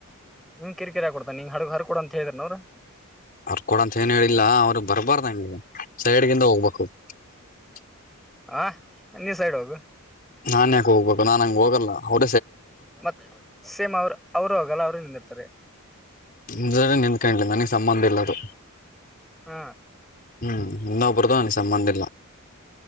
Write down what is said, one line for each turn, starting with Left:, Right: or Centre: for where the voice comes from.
Centre: ನೀ್ ಕಿರಿಕಿರ ಕೊಡ್ತಾ ನಿಂಗ್ ಹಡಗ್ ಹರ್ರ ಕೊಡ ಅಂತ ಹೇಳಿದ್ರಿ ನವ್ರ.
Left: ಅರ್ಕೊಡಂತ ಏನು ಹೇಳಿಲ್ಲ ಅವ್ರು ಬರ್ಬಾರ್ದಂಗೆ ಸೈಡ್ಗಿಿಂದ ಹೋಗ್ಬೇಕು. <unintelligible>
Centre: ಹ ನೀ ಸೈಡ್ ಹೋಗು
Left: ನಾನ್ ಯಾಕೆ ಹೋಗ್ಬೇಕು ನಾನ್ ಹಂಗ ಹೋಗಲ್ಲ ಅವ.
Centre: ಮತ್ತತ್ ಸೇಮ್ ಅವರು ಅವರು ಹೋಗಲ್ಲ ಅವರು ನಿಂದಿರ್ತಾರೆ.
Left: ನಿಂದಕೊಂಡಲಿಲ್ಲ ನನಗ್ ಸಂಬಂಧ ಇಲ್ಲದು.
Centre: ಹ್ಮ.
Left: ಹ್ಮ್ ಇನ್ನ ಅಬರದ ನ ಸಮ್ಮಂದಿರಲ್ಲಾ.